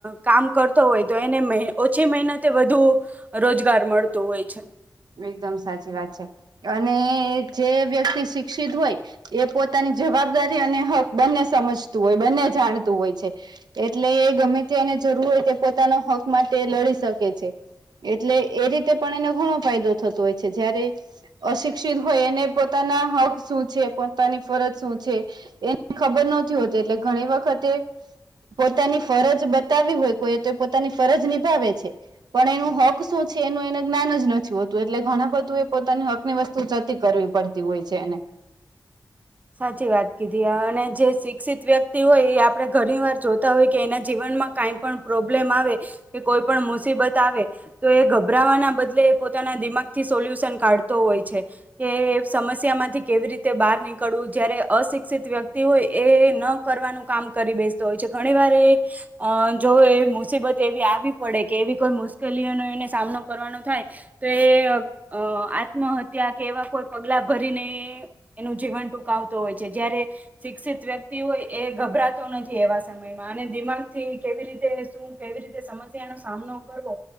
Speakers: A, on the right; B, on the right.
A: કામ કરતો હોય તો એને મહે ઓછી મેહનતે વધુ રોજગાર મળતો હોય છે.
B: એકદમ સાચી વાત છે અને જે વ્યક્તિ શિક્ષિત હોય એ પોતાની જવાબદારી અને હક બંને સમજતું હોય, બંને જાણતું હોય છે. એટલે એ ગમે તે એને જરૂર હોય તે પોતાના હક માટે લડી શકે છે. એટલે એ રીતે પણ એને ઘણો ફાયદો થતો હોય છે, જયારે અશિક્ષિત હોય એને પોતાના હક શું છે, પોતાની ફરજ શું છે એ ખબર નથી હોતી એટલે ઘણી વખતે પોતાની ફરજ બતાવવી હોય કોઈએ તો એ પોતાની ફરજ નિભાવે છે. પણ એનો હક શું છે એનું એને જ્ઞાન જ નથી. તુ હતું એટલે બધું એ પોતાની હકની વસ્તુ જતી કરવી પડતી હોય છે એને.
A: સાચી વાત કીધી અને જે શિક્ષિત વ્ય ક્તિ હોય એ આપણે ઘણી વાર જોતા હોય કે એના જીવનમાં કાંઈ પણ પ્રોબ્લેમ આવે કે કોઈ પણ મુસીબત આવે તો એ ગભરાવાના બદલે એ પોતાના દિમાગથી સોલ્યુશન કાઢતો હોય છે. કે સમસ્યામાંથી કેવી રીતે બહાર ની કળવુ, જયારે અશિક્ષિત વ્યક્તિ હોય એ ન કરવાનું કામ કરી બેસતો હોય છે ઘણીવાર એ અ જો એ મુસીબત એવી આવી પડે કે એવી મુશ્કેલીઓનો એને સામનો કરવાનો થાય તો એ અ આત્મહત્યા કે એવા કોઈ પગલા ભરીને એનું જીવન ટુંકાવતો હોય છે, જ્યારે શિક્ષિત વ્યક્તિ હોય એ ગભરાતો નથી એવા સમયમાં અને દિમાગથી કેવી રીતે, શું કેવી રીતે સમસ્યાનો સામનો કરવો‌